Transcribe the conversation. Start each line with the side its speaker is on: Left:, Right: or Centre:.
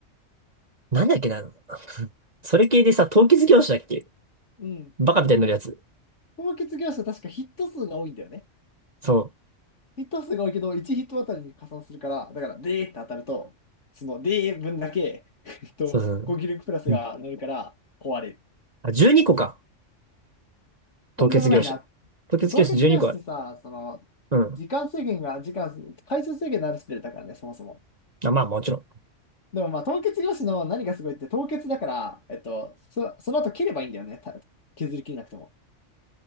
Right: なんだっけな。<laughs> それ系でさ、凍結業種だっけ
Left: うん。
Right: バカみたいに乗るやつ。
Left: 高結業者確かヒット数が多いんだよね。
Right: そう。
Left: ヒット数が多いけど、1ヒットあたりに加算するから、だから、でーって当たると、その、でー分だけ、えっと、
Right: そうそうそう。
Left: 高級力プラスが乗るから、
Right: うん
Left: 壊れる。
Right: あ、12個か。凍結業種。
Left: とんでもないな。
Right: 凍結業種12個ある。
Left: 凍結教室さ、その、
Right: うん。
Left: 時間制限が、時間、回数制限のあるスペルだからね、そもそも。
Right: あ、まあもちろん。
Left: でもまあ、凍結教師の何がすごいって、凍結だから、えっと、そ、その後蹴ればいいんだよね。た削り切れなくても。